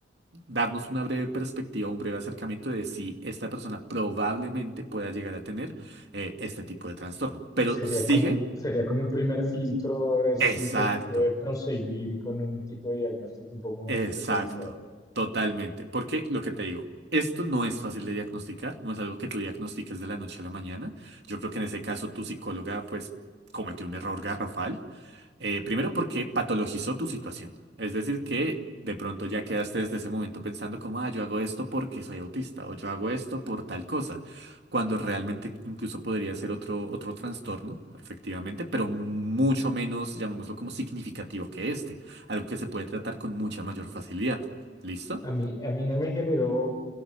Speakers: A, on the right (about 65°); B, on the left (about 20°).
A: darnos una breve perspectiva, un breve acercamiento de si esta persona probablemente pueda llegar a tener eh, este tipo de trastorno. Pero
B: Sería
A: sigue.
B: como, un- sería como un primer filtro a ver si
A: Exacto,
B: se debe proseguir con un tipo de diagnóstico un poco más
A: exacto,
B: especializado.
A: totalmente. Porque lo que te digo, esto no es fácil de diagnosticar, no es algo que tú diagnostiques de la noche a la mañana. Yo creo que en ese caso tu psicóloga pues cometió un error garrafal Eh, primero porque patologizó tu situación. Es decir, que de pronto ya quedaste desde ese momento pensando como, ah, yo hago esto porque soy autista o yo hago esto por tal cosa, cuando realmente incluso podría ser otro, otro trastorno, efectivamente, pero mucho menos, llamémoslo como significativo que este, algo que se puede tratar con mucha mayor facilidad. ¿Listo?
B: A mí, a mí no me generó